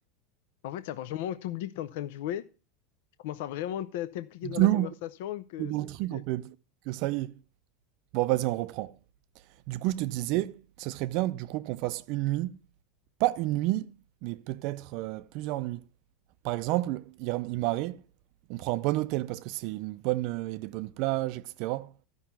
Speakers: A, on the left; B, on the right.
A: En fait, c'est à partir du moment où tu oublies que tu es en train de jouer, tu commences à vraiment t- t'impliquer
B: De
A: dans la conversation que
B: dans
A: ça-
B: le truc
A: c'est
B: en fait.
A: fini.
B: Que ça y est. Bon, vas-y, on reprend. Du coup, je te disais, ce serait bien du coup qu'on fasse une nuit. Pas une nuit, mais peut-être euh, plusieurs nuits. Par exemple, Im- Imare, on prend un bon hôtel parce que c'est une bonne, euh, il y a des bonnes plages, etc.